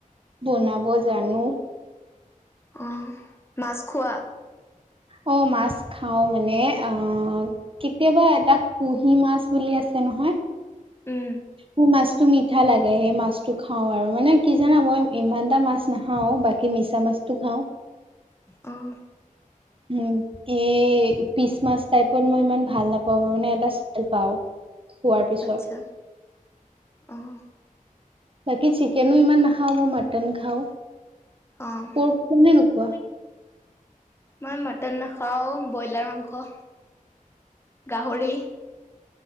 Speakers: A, on the right; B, on the left.
A: বনাব জানো।
B: আহ, মাছখোৱা?
A: অ' মাছ খাও মানে অ' কেতিয়াবা এটা কুহি মাছ বুলি আছে নহয়?
B: উম,
A: মোৰ মাছটো মিঠা লাগে সেই মাছটো খাও আৰু মানে কি জানা মই ইমানএটা মাছ না খাওঁ বাকি মিছামাছ তো খাওঁ।
B: অ',
A: উম, কে পিছমাছ টাইপত মই ইমান ভাল নাপাও মই মানে এটা স্মেল পাও খোৱাৰ পিছত।
B: আচ্ছা। অ',
A: বাকী চিকেনো ইমান নাখাওঁ মই মটন খাওঁ।
B: অ',
A: পৰ্ক খোৱা নে নোখোৱা?
B: মই মটন নাখাওঁ, বইলাৰ মাংস গাহৰি।